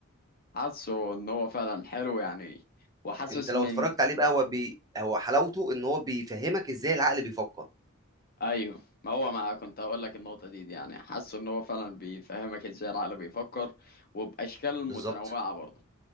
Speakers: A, on the left (about 45°); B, on the right (about 15°).
A: حاسه ان هو فعلا حلو يعني وحاسس
B: انت لو
A: من
B: اتفرجت عليه بقى هو بي... هو حلاوته ان هو بيفهمك ازاي العقل بيفكر
A: ايوه ما هو ما كنت هقول لك النقطة دي, دي يعني حاسه ان هو فعلا بيفهمك ازاي العقل بيفكر وباشكال
B: بالظبط
A: متنوعة برضه